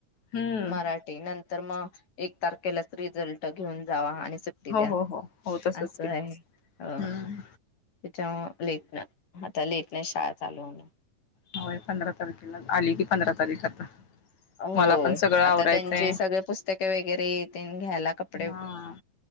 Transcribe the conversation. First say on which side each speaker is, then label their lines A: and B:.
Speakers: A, on the left; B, on the left.
A: हम्म
B: मराठी नंतर मग एक तारखेलाच रिझल्ट घेऊन जावा आणि ती द्या
A: हो हो हो हो तसच
B: असं
A: की
B: आहे अ
A: हम्म
B: त्याच्या लेटन आता लेट नाही शाळा चालू होणार.
A: होय पंधरा तारखेला आली की पंधरा तारीख आता.
B: हो
A: मला पण सगळं आवरायचंय
B: आता त्यांची सगळे पुस्तके वगैरे घ्यायला कपडे
A: हा